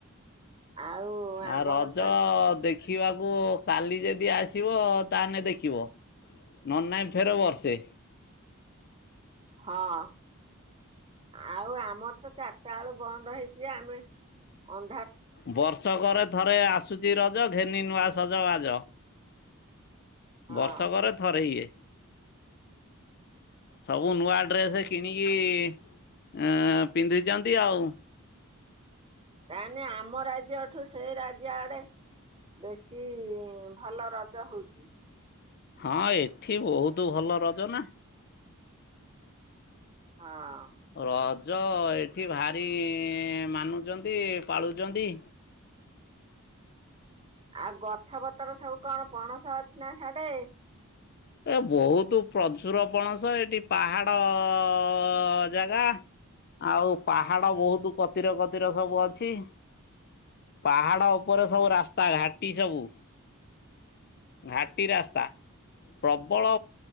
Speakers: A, on the right; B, on the left.
A: ଆଉ
B: ଆ
A: ଆମର
B: ରଜ
A: ତ ଏଠି-
B: ଦେଖିବାକୁ କାଲି ଯେ ଯଦି ଆସିବ ତାହେଲେ ଦେଖିବ ନହେଲେ ନାଇ ଫେର ବର୍ଷେ।
A: ହଁ ଆଉ ଆମର ତ ଚାରିଟା ବେଳୁ ବନ୍ଦ ହେଇଛି ଆମେ ଅନ
B: ବର୍ଷକରେ ଥରେ ଆସ ଆସୁଛି ରଜ ଘେନି ନୂଆ ସଜ ବାଜ।
A: ହଁ
B: ବର୍ଷକରେ ଥରେ ଇଏ। ସବୁ ନୂଆ ଡ୍ରେସ କିଣିକି ଇ ପିନ୍ଧିଛନ୍ତି ଆଉ।
A: କ ନ ଆମ ରାଜ୍ୟ ଠୁ ସେଇ ରାଜ୍ୟ ଆଡେ ବେଶୀ ଭଲ ରଜ ହଉଛି।
B: ହଁ ଏଠି ବହୁତ ଭଲ ରଜ ନା।
A: ହଁ।
B: ର ଯ ଏଠି ଭାରି ମାନୁଛନ୍ତି ପାଳୁଛନ୍ତି।
A: ଆଉ ଗଛ ପତର ସବୁ କଣ ପଣସ ଅଛି ନା ହିଆଡେ।
B: ଏ ବହୁତ ପ୍ରଚୁର ପଣସ ଏଠି ପାହାଡ ଅ ଜାଗା ଆଉ ପାହାଡ ବହୁତ କତିରେ କତିରେ ସବୁ ଅଛି ପାହାଡ ଉପରେ ସବୁ ରାସ୍ତା ଘାଟି ସବୁ। ଘାଟି ରାସ୍ତା ପ୍ରବଳ